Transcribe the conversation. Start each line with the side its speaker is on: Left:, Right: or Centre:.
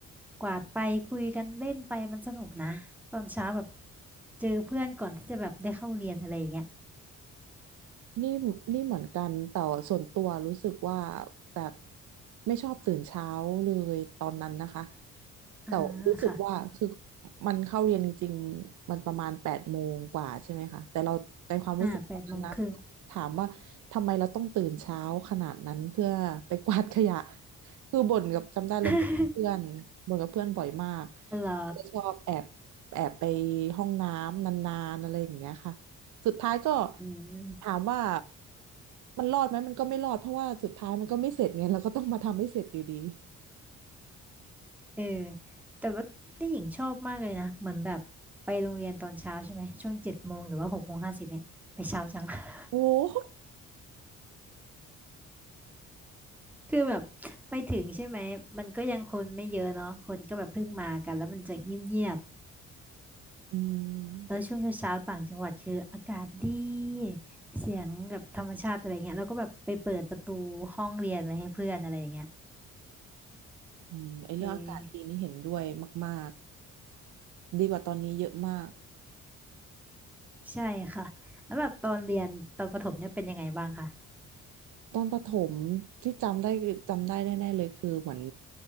Centre: กวาดไปคุยกันเล่นไปมันสนุกนะตอนเช้าแบบเจอเพื่อนก่อนที่จะแบบได้เข้าเรียนอะไรอย่างเงี้ย
Right: นี่นี่เหมือนกันแต่ส่วนตัวรู้สึกว่าแบบไม่ชอบตื่นเช้าเลยตอนนั้นนะคะแต่รู้สึกว่าคือ
Centre: อ่าค่ะ
Right: มันเข้าเรียนจริงๆมันประมาณแปดโมงกว่าใช่ไหมคะแต่เราในความรู้สึกตอนนั้นนะ
Centre: อ่าแปดโมงครึ่ง
Right: ถามว่าทำไมเราต้องตื่นเช้าขนาดนั้นเพื่อไปกวาดขยะ <laughs> คือบ่นกับจำได้เลยบ่นกับเพื่อนบ่นกับเพื่อนบ่อยมาก
Centre: <laughs> เหรอ
Right: จะชอบแอบแอบไปห้องน้ำนานๆอะไรอย่างเงี้ยค่ะ สุดท้ายก็
Centre: อืม
Right: ถามว่ามันรอดไหมมันก็ไม่รอดเพราะว่าสุดท้ายมันก็ไม่เสร็จไงเราก็ต้องมาทำให้เสร็จอยู่ดี
Centre: เออแต่ว่านี่หญิงชอบมากเลยนะ เหมือนแบบไปโรงเรียนตอนเช้าใช่ไหมช่วงเจ็ดโมงหรือว่าหกโมงห้าสิบเนี่ยไปเช้าจัง <laughs>
Right: โอ้ <laughs> โห
Centre: คือแบบไปถึงใช่ไหมมันก็ยังคนไม่เยอะเนาะคนก็แบบเพิ่งมากันแล้วมันจะเงียบ
Right: อื
Centre: ๆแล้วช่วงเช้าๆต่างจังหวัดคืออากาศดี
Right: ม
Centre: เสียงแบบธรรมชาติอะไรเงี้ยแล้วก็แบบไปเปิดประตูห้องเรียนไว้ให้เพื่อนอะไรอย่างเงี้ย
Right: อืมไอเรื่องอากาศดีนี่เห็นด้วยมาก
Centre: เออ
Right: ๆดีกว่าตอนนี้เยอะมาก
Centre: ใช่ค่ะแล้วแบบตอนเรียนตอนประถมเนี่ยเป็นยังไงบ้างคะ
Right: ตอนประถมที่จำได้จำได้แน่ๆเลยคือเหมือน